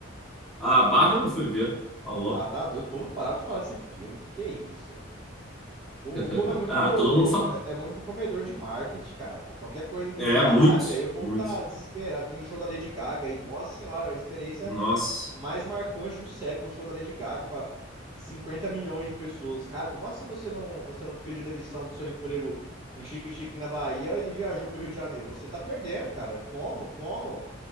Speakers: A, in the centre; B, on the right (about 15°).
A: a Bárbara eu não fui ver. Tá louco.
B: Ah, tá doido. O povo não parava de falar desse filme. Que que é isso? Po-
A: <laughs>
B: O povo é muito,
A: Ah, todo mundo fala.
B: é é muito comedor de marketing, cara. Pô, qualquer coisa que
A: É,
B: vira
A: muito,
B: hype aí, o povo
A: muito.
B: tá desesperado. Tem o show da Lady Gaga aí, nossa senhora, a experiência
A: Nossa,
B: mais marcante do século, o show da Lady Gaga pra 50 milhões de pessoas. Cara, como assim você não, você não pediu demissão do seu emprego em Xique-Xique na Bahia e viajou pro Rio de Janeiro? Você tá perdendo, cara. É Fomo, fomo.